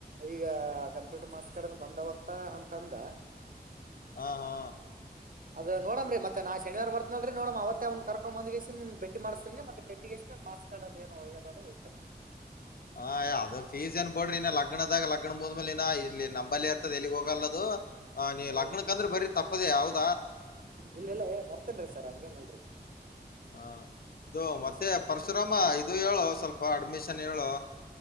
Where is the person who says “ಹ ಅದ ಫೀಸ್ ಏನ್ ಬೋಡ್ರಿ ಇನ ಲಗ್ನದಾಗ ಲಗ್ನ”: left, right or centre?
Left